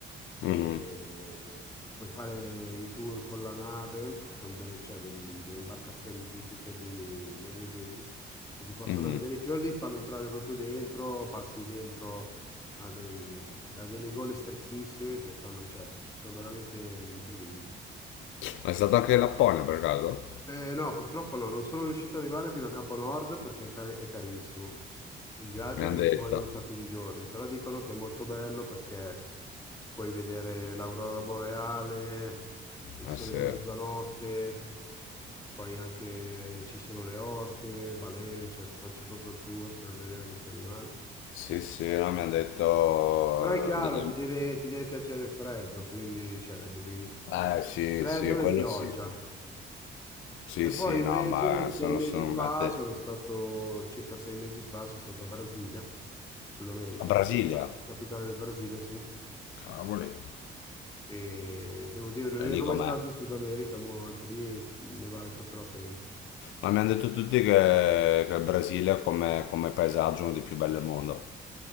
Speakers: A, on the left; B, on the left.
A: Mhm.
B: e puoi fare i tour con la nave, con delle, cioè, del- delle imbarcazioni tipiche di norvegesi che ti portano
A: Mhm.
B: a vedere i fiordi, ti fanno entrare proprio dentro, passi dentro a, dei- a delle gole strettissime che fanno, cioè, sono veramente incredibili.
A: È stato anche in Lapponia per caso?
B: Eh, no, purtroppo no, non sono riuscito ad arrivare fino a Capo Nord perché è, cari- è carissimo. Il viaggio
A: Mi hanno
B: poi
A: detto.
B: ci vogliono un sacco di giorni, però dicono che è molto bello perché puoi vedere l'aurora boreale, il
A: Eh
B: sole
A: sì.
B: di mezzanotte, poi anche ci sono le orche, balene, cioè ti faccio proprio il tour per vedere questi animali.
A: Sì, sì, no, mi hanno detto
B: Però è chiaro,
A: eh, degli amici.
B: ti deve, ti deve piacere il freddo, quindi cioè, devi...
A: Eh sì,
B: freddo
A: sì, quello
B: e pioggia.
A: sì. Sì,
B: E
A: sì,
B: poi invece
A: no, ma
B: sei
A: sono,
B: mesi
A: sono
B: fa
A: mette.
B: sono stato, circa sei mesi fa sono stato a Brasilia, Sud America,
A: A Brasilia.
B: la capitale del Brasile, sì.
A: Cavoli.
B: E devo dire, non
A: È
B: ero
A: lì com'è.
B: mai stato in Sud America, ma anche lì ne vale proprio la pena.
A: Ma mi hanno detto tutti che, che il Brasile come, come paesaggio è uno dei più belli al mondo.